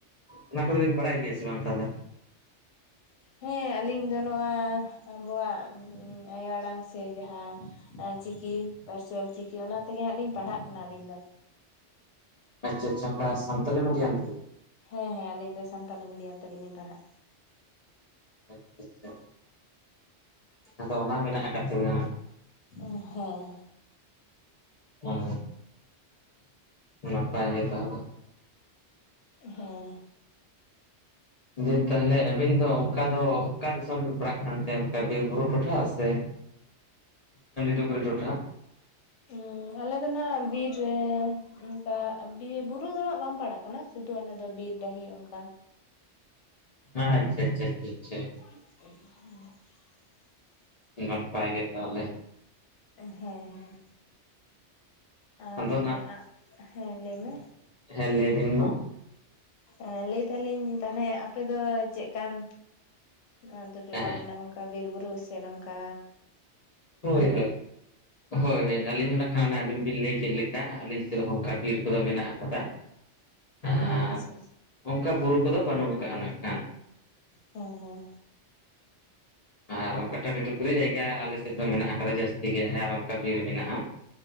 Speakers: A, on the left (about 45°); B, on the left (about 80°).
A: ᱚᱱᱟ ᱠᱚᱫᱚ ᱵᱤᱱ ᱵᱟᱲᱟᱭ ᱜᱮᱭᱟ ᱥᱮ ᱵᱟᱝ ᱛᱟᱦᱮᱞᱮ?
B: ᱦᱮᱸ ᱟᱹᱞᱤᱧ ᱫᱚ ᱱᱚᱣᱟ ᱟᱵᱚᱣᱟᱜ ᱟᱭᱳ ᱟᱲᱟᱝ ᱥᱮ ᱡᱟᱦᱟᱸᱼᱼ ᱪᱤᱠᱤ ᱯᱟᱹᱨᱥᱤ ᱚᱞ ᱪᱤᱠᱤ ᱚᱱᱟ ᱛᱮᱜᱮ ᱦᱟᱸᱜ ᱞᱤᱧ ᱯᱟᱲᱦᱟᱜ ᱠᱟᱱᱟ ᱟᱹᱞᱤᱧ ᱫᱚ᱾
A: ᱟᱪᱪᱷᱟ ᱟᱪᱪᱷᱟ ᱚᱠᱟ ᱥᱟᱱᱛᱟᱞᱤ ᱢᱤᱰᱤᱭᱟᱢ ᱛᱮ?
B: ᱦᱮᱸ ᱦᱮᱸ ᱟᱞᱤᱧ ᱫᱚ ᱥᱟᱱᱛᱟᱞᱤ ᱢᱤᱰᱤᱭᱟᱢ ᱛᱮᱜᱮᱞᱤᱧ ᱯᱟᱲᱦᱟᱜ᱾
A: ᱟᱪᱪᱷᱟ ᱟᱪᱪᱷᱟ ᱟᱫᱚ ᱚᱱᱟ ᱢᱮᱱᱟᱜ ᱟᱠᱟᱫ ᱛᱟᱵᱤᱱᱟ ᱦᱟᱸᱜ
B: ᱚ ᱦᱚᱸ
A: ᱦᱩᱸ ᱱᱟᱯᱟᱭ ᱜᱮ ᱛᱟᱦᱚᱞᱮ᱾
B: ᱦᱮᱸ
A: ᱞᱟᱹᱭ ᱫᱤᱧ ᱛᱟᱦᱚᱞᱮ ᱟᱵᱤᱱ ᱫᱚ ᱚᱝᱠᱟ ᱫᱚ ᱚᱠᱟ ᱫᱤᱥᱚᱢ ᱵᱤᱱ ᱯᱟᱲᱟᱜ ᱠᱟᱱ ᱛᱟᱦᱮᱸᱫ ᱚᱝᱠᱟ ᱵᱤᱨ ᱵᱩᱨᱩ ᱴᱚᱴᱷᱟᱼᱼ ᱥᱮ <unintelligible> ᱴᱚᱴᱷᱟ᱾
B: ᱩᱸ ᱟᱞᱮ ᱫᱚᱱᱷᱟᱜ ᱵᱤᱨ ᱨᱮ, ᱚᱝᱠᱟ ᱵᱤᱨ ᱵᱩᱨᱩ ᱫᱚ ᱱᱟᱜ ᱵᱟᱢ ᱯᱟᱲᱟᱜ ᱠᱟᱱᱟ ᱥᱩᱫᱷᱩ ᱟᱞᱮ ᱫᱚ ᱵᱤᱨ ᱰᱟᱹᱦᱤ ᱚᱝᱠᱟ᱾
A: ᱦᱮᱸ ᱦᱮᱸ ᱟᱪᱪᱷᱟ ᱟᱪᱪᱷᱟ ᱟᱪᱷᱟ ᱪᱟᱼᱼ
B: <inaudible>
A: ᱱᱟᱯᱟᱭ ᱜᱮ ᱛᱟᱦᱚᱞᱮ?
B: ᱦᱮᱸ-ᱦᱮᱸ ᱟᱨ
A: ᱟᱫᱚ ᱱᱟᱜ
B: ᱦᱮᱸ ᱞᱟᱹᱭ ᱢᱮᱼᱼ
A: ᱦᱮᱸ ᱞᱟᱹᱭ ᱵᱤᱱ ᱢᱟ
B: ᱮ ᱞᱟᱹᱭ ᱫᱟᱞᱤᱧ ᱛᱟᱦᱚᱞᱮ ᱟᱯᱮ ᱫᱚ ᱪᱮᱫ ᱠᱟᱱᱼᱼ ᱟᱛᱚ ᱴᱚᱞᱟ
A: ᱦᱮᱸ
B: ᱠᱟᱱᱟ ᱚᱝᱠᱟ ᱵᱤᱨ ᱵᱩᱨᱩ ᱥᱮ ᱱᱚᱝᱠᱟᱻ
A: ᱦᱳᱭ ᱦᱳᱭ ᱦᱳᱭ ᱦᱳᱭ ᱟᱹᱞᱤᱧ ᱦᱚᱸ ᱱᱟᱜ ᱠᱷᱟᱱ ᱟᱱᱮ ᱟᱵᱤᱱ ᱵᱤᱱ ᱞᱟᱹᱭ ᱠᱮᱜ ᱞᱮᱠᱟ ᱟᱹᱞᱤᱧ ᱥᱮᱜ ᱦᱚᱸ ᱚᱝᱠᱟ ᱵᱤᱨᱼᱼ ᱠᱚᱫᱚ ᱢᱮᱱᱟᱜ ᱠᱟᱫᱟ ᱟᱨ
B: ᱟᱪᱪᱷᱟ
A: ᱚᱝᱠᱟ ᱵᱩᱨᱩ ᱠᱚᱫᱚ ᱵᱟᱹᱱᱩᱜ ᱟᱠᱟᱜ-ᱟ ᱱᱟᱜ ᱠᱷᱟᱱᱼᱼ
B: ᱦᱮᱸ-ᱦᱮᱸᱼᱼ
A: ᱟᱨ ᱚᱝᱠᱟ ᱴᱟᱺᱰᱤ ᱴᱩᱯᱨᱤ ᱡᱟᱭᱜᱟ ᱟᱞᱮ ᱥᱮᱫ ᱫᱚ ᱢᱮᱱᱟᱜ ᱟᱠᱟᱫᱟ ᱡᱟᱹᱥᱛᱤ ᱜᱮ ᱟᱨ ᱚᱝᱠᱟ ᱵᱤᱨ ᱢᱮᱱᱟᱜ-ᱟ᱾